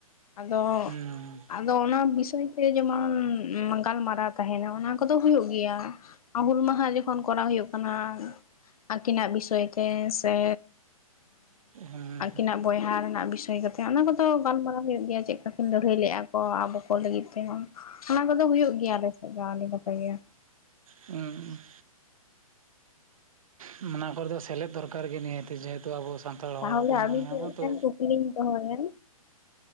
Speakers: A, on the left; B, on the right.
A: ᱟᱫᱚ
B: ᱦᱩᱸ
A: ᱟᱫᱚ ᱚᱱᱟ ᱵᱤᱥᱚᱭ ᱛᱮ ᱡᱮᱢᱚᱱ ᱜᱟᱞᱢᱟᱨᱟᱣ ᱛᱟᱦᱮᱸᱱᱟ, ᱚᱱᱟ ᱠᱚᱫᱚ ᱦᱩᱭᱩᱜ ᱜᱮᱭᱟ᱾ ᱟ ᱦᱩᱞ ᱢᱟᱦᱟ ᱡᱚᱠᱷᱚᱱ ᱠᱚᱨᱟᱣ ᱦᱩᱭᱩᱜ ᱠᱟᱱᱟ᱾ ᱟᱹᱠᱤᱱᱟᱜ ᱵᱤᱥᱚᱭ ᱛᱮ ᱥᱮ
B: ᱦᱩᱸ
A: ᱟᱹᱠᱤᱱᱟᱜ ᱵᱚᱭᱦᱟ ᱨᱮᱱᱟᱜ ᱵᱤᱥᱚᱭ ᱠᱟᱛᱮ ᱚᱱᱟ ᱠᱚᱫᱚ ᱜᱟᱞᱢᱟᱨᱟᱣ ᱦᱩᱭᱩᱜ ᱜᱮᱭᱟ᱾ ᱪᱮᱫᱠᱟ ᱠᱤᱱ ᱞᱟᱹᱲᱦᱟᱹᱭ ᱞᱮᱫᱼᱟ ᱠᱚ ᱟᱵᱚ ᱠᱚ ᱞᱟᱹᱜᱤᱫ ᱛᱮᱦᱚᱸ? ᱚᱱᱟ ᱠᱚᱫᱚ ᱦᱩᱭᱩᱜ ᱜᱮᱭᱟ ᱟᱞᱮᱥᱮᱫ ᱫᱚ ᱟᱹᱰᱤ ᱱᱟᱯᱟᱭ ᱜᱮ᱾
B: ᱦᱩᱸ ᱦᱩᱸ ᱚᱱᱟ ᱠᱚᱨᱮ ᱫᱚ ᱥᱮᱞᱮᱫ ᱫᱚᱨᱠᱟᱨ ᱜᱮ, ᱱᱤᱦᱟᱹᱛᱤ ᱡᱮᱦᱮᱛᱩ ᱟᱵᱚ ᱥᱟᱱᱛᱟᱲ ᱛᱚ
A: ᱛᱟᱦᱚᱞᱮ
B: ᱦᱚᱲ ᱦᱚᱯᱚᱱ
A: ᱟᱹᱵᱤᱱ
B: ᱠᱟᱱ ᱜᱮᱭᱟ
A: ᱴᱷᱮᱱ
B: ᱵᱚᱱ
A: ᱢᱤᱫᱴᱮᱱ
B: ᱛᱚ᱾
A: ᱠᱩᱠᱞᱤᱧ ᱫᱚᱦᱚᱭᱟ